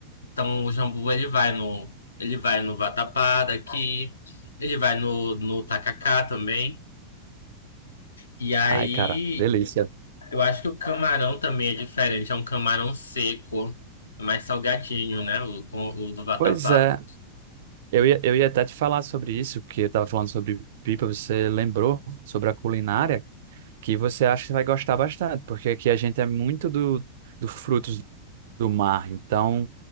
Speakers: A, on the left; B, on the right.
A: Então o jambu, ele vai no, ele vai no vatapá daqui, ele vai no, no tacacá também. E aí,
B: Ai, cara, delícia.
A: Eu acho que o camarão também é diferente. É um camarão seco, é mais salgadinho, né? O, o do vatapá.
B: Pois é, eu ia, eu ia até te falar sobre isso, que eu tava falando sobre pipa, você lembrou sobre a culinária, que você acha que vai gostar bastante, porque aqui a gente é muito do, do frutos do mar. Então,